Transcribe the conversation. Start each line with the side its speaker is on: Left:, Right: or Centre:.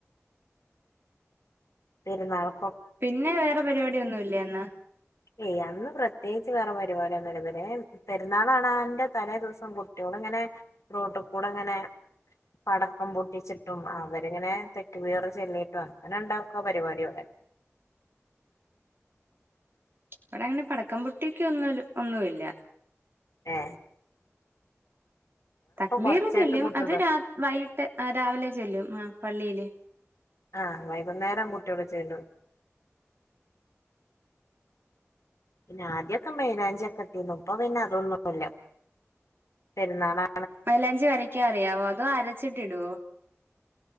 Left: പെരുന്നാളും.
Right: പിന്നെ വേറെ പരിപാടിയൊന്നുവില്ലേ അന്ന്?
Left: ഏയ് അന്ന് പ്രത്യേകിച്ച് വേറെ പരിപാടിയോന്നുവില്ല. പിന്നെ പെരുന്നാളാണ്ന്റെ തലേ ദിവസം കുട്യോളിങ്ങനെ റോട്ട്കൂടെ ഇങ്ങനെ പടക്കം പൊട്ടിച്ചിട്ടും അവരിങ്ങനെ തെക്ക്ബീർ ചൊല്ലിട്ടും അങ്ങനുണ്ടാവും. ക്ക പരിപാടിയവിടെ.
Right: ഇവിടെ അങ്ങനെ പടക്കം പൊട്ടിക്ക് ഒന്നുവില്ല് ഒന്നുവില്ല.
Left: ആഹ്
Right: തക്ബീർ
Left: കൊറച്ചായിട്ട്
Right: ചൊല്ലും
Left: കുട്ടികള്
Right: അത് രാ വൈകിട്ട് രാവിലെ ചൊല്ലും ആ പള്ളിയില്.
Left: ആഹ് വൈകുന്നേരം കുട്ടിയോള് ചൊല്ലും. പിന്നെ ആദ്യൊക്കെ മൈലാഞ്ചിയക്കെ ഇട്ടിരുന്നു ഇപ്പൊ പിന്നെ അതൊന്നുമില്ല പെരുന്നാളാ
Right: മൈലാഞ്ചി വരക്ക അറിയാവോ? അതോ അരച്ചിട്ടിടുവോ?